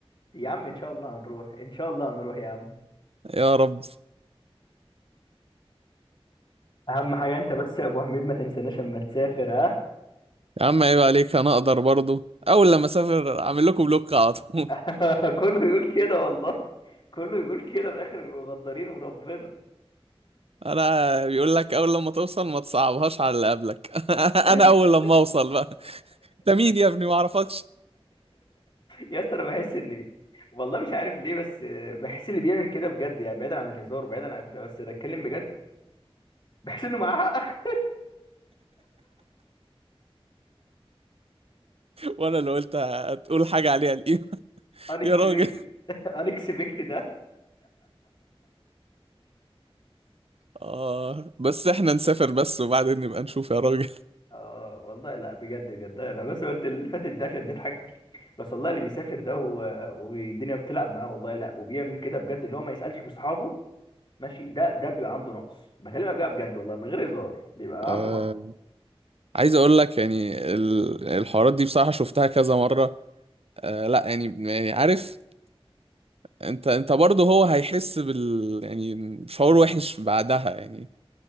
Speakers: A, on the left; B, on the right.
A: يا عم ان شاء الله هنروح ان شاء الله هنروح يا عم
B: يا رب
A: اهم حاجه انت بس يا ابو حميد ما تنساناش اما تسافر ها
B: يا عم عيب عليك انا اقدر برضو اول لما اسافر اعمل لكم بلوك على طول
A: <laughs> كله يقول كده والله كله يقول كده في الاخر بيبقوا غدارين وربنا
B: <laughs> انا بيقول لك اول لما توصل ما تصعبهاش على اللي قبلك <laughs>
A: <laughs>
B: انا اول لما اوصل بقى انت مين يا ابني ما اعرفكش
A: يا اسطى انا بحس ان والله مش عارف ليه بس بحس اللي بيعمل كده بجد يعني بعيدا عن الهزار وبعيدا عن بتاع، بس بتكلم بجد بحس انه معاه حق
B: وانا اللي قلت هتقول حاجه عليها القيمه
A: <laughs>
B: <laughs>
A: unexpected
B: يا راجل
A: <laughs> unexpected
B: آه بس احنا نسافر بس وبعدين نبقى نشوف يا راجل
A: اه والله لا بجد بجد انا بس قلت اللي فاتت ده عشان نضحك بس والله اللي بيسافر ده و- والدنيا بتلعب معاه والله لا وبيعمل كده بجد اللي هو ما يسألش في اصحابه ماشي ده ده بيبقى عنده نقص بكلمك بقى بجد والله من غير هزار بيبقى
B: آه
A: عنده نقص
B: عايز اقول لك يعني ال- الحوارات دي بصراحة شفتها كذا مرة آه لا يعني يعني عارف انت انت برضه هو هيحس بال يعني شعور وحش بعدها يعني